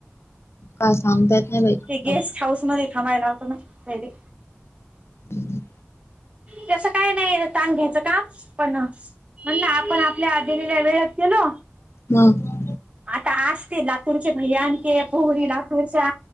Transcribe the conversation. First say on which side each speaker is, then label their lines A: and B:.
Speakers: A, on the left (about 70°); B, on the right (about 25°).
A: काय सांगता येत नाही बाई.
B: ते
A: बाबा
B: गेस्ट हाऊसमध्ये थांबायला होत ना पहिले,
A: हम्म
B: त्याच काय नाही ताण घ्यायचं काम पण म्हणलं आपण आपल्या दिलेल्या वेळेत गेलो
A: मग
B: आता आज ते लातूरचे भैया आणि ते पोरी लातूरच्या